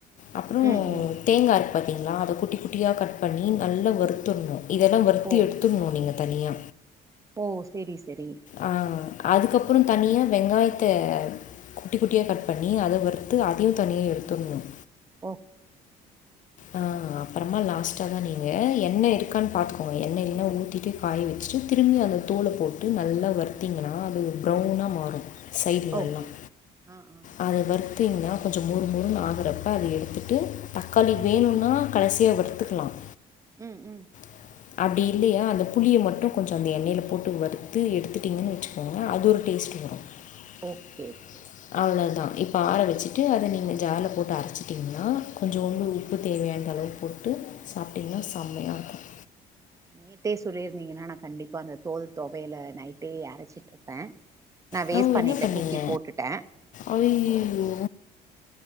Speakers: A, on the left; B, on the right.
A: அப்புறம்
B: ம் ம்
A: தேங்காய் இருக்கு பாத்திங்களா அத குட்டி குட்டியா கட் பண்ணி நல்லா வறுத்தர்ணும் இதெல்லாம் வறுத்து
B: ஓ ஓ
A: எடுத்து த்துக்கணும் நீங்க தனியா
B: ஓ சரி சரி
A: ஆ அதுக்கப்புறம் தனியா வெங்காயத்த குட்டி குட்டியா கட் பண்ணி அதை வரு த்து அதயும் தனியா எடுத்தற்ணும்
B: ஓ
A: ஆ அப்புறமா லாஸ்ட்டா தா நீங்க எண்ணெ இருக்கான்னு பாத்துக்கோங்க எண்ணெ இல்லனா ஊத்திட்டு காய வச்சு வச்சு திரும்பி அந்த தூள போட்டு நல்லா வருத்திங்கன்னா அது ப்ரௌனா மாறும் சைடலல்லாம்
B: ஓகே ஆ ஆ
A: அத வருத்திங்கன்னா கொஞ்ச மொறு மொறுனு ஆகிறப்ப அதை எடுத்துட்டு தக்காளி
B: ம்
A: வேணுனா கடைசியா வறுத்துக்கலாம்
B: ம் ம்
A: <inaudible> அப்டி இல்லையா அந்த புளிய மட்டும் கொஞ்சம் அந்த எண்ணெல போட்டு வறுத்து எடுத்துட்டிங்கன்னு வச்சுக்கோங்க அது ஒரு டேஸ்ட்ட் வரும்
B: ஓகே
A: <inaudible>
B: ஓகே ஓகே
A: அவ்வளதா
B: ரைட்
A: இப்ப ஆற வச்சுட்டு அத நீங்க ஜார்ல போட்டு அரைச்சிட்டீங்கன்னா கொஞ்சோண்டு
B: ம்
A: உப்பு தேவையான அளவு போட்டு சாப்பிட்டிங்கன்னா
B: ம்
A: செம்மையா இருக்கும்
B: நேத்தே சொல்லியிருந்தீங்கன்னா நா கண்டிப்பா அந்த தோல் தொவைல நைட்டே அரைச்சிட்டுருப்பே நான் வேஸ்ட்
A: ஆ
B: பண்ணிடேன்
A: என்ன பண்ணீங்க
B: தூக்கி போட்டுட்டேன்
A: ஐயையோ